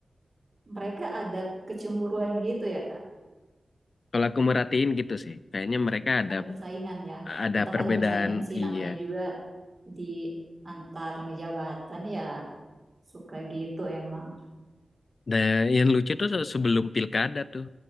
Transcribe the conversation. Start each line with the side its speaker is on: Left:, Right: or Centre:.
Right: mereka ada kecemburuan gitu ya Kak.
Left: Kalau aku merhatiin gitu sih, kayaknya mereka ada
Right: Ada persaingan ya.
Left: ada
Right: Tetap
Left: perbedaan.
Right: ada persaingan sih
Left: Iya.
Right: namanya juga di antar jabatan ya suka gitu emang.
Left: Dan yang lucu tuh se- sebelum pilkada tuh